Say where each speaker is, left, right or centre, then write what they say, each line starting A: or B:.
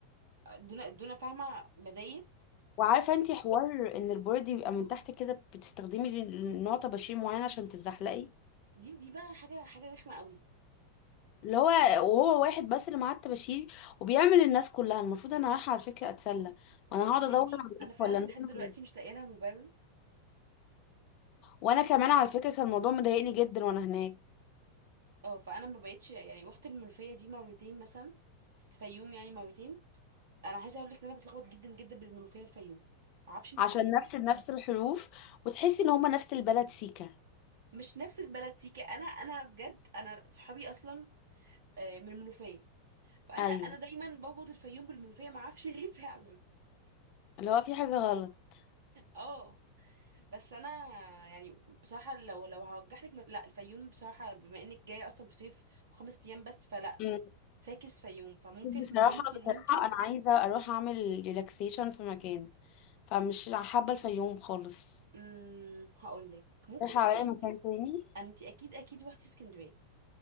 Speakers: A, on the right (about 60°); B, on the left (about 40°).
A: ادونا ادونا فاهمه بدايل
B: وعارفه انتي حوار ان البورد يبقى من تحت كده بتستخدمي نوع طباشير معين عشان تتزحلقي
A: دي دي بقى حاجه حاجه رخمه قوي
B: اللي هو وهو واحد بس اللي معاه الطباشير وبيعمل الناس كلها المفروض انا رايحه على فكره اتسلى وانا
A: هي
B: هقعد
A: هي
B: ادور
A: مش
B: عليك
A: انا فعلا
B: ولا إن
A: لحد
B: انا
A: دلوقتي مش لاقيه لها مبرر
B: وانا كمان على فكره كان الموضوع مضايقني جدا وانا هناك
A: اه فانا ما بقتش يعني رحت المنوفيه دي مرتين مثلا الفيوم يعني مرتين انا عايزه اقول لك ان انا بتلخبط جدا جدا بالمنوفيه والفيوم معرفش انت
B: عشان
A: زيي
B: نفس
A: ولا ايه
B: نفس الحروف وتحسي ان هما نفس البلد سيكا
A: مش نفس البلد سيكا انا انا بجد انا صحابي اصلا آه، من المنوفيه فانا
B: ايوه
A: انا دايما بربط الفيوم بالمنوفيه ما اعرفش ليه <laughs> فعلا
B: اللي هو في حاجه غلط
A: اه بس انا يعني بصراحه لو لو هوجح لك مت... لا الفيوم بصراحه بما انك جايه اصلا في صيف خمس ايام بس فلا
B: مم.
A: فاكس فيوم فممكن
B: بصراحه
A: ممكن
B: بصراحه
A: ممكن
B: انا عايزه اروح اعمل ريلاكسيشن في مكان فمش حابه الفيوم خالص
A: امم هقول لك ممكن
B: رايحة
A: تروحي
B: عليا مكان تاني
A: انت اكيد اكيد روحتي اسكندريه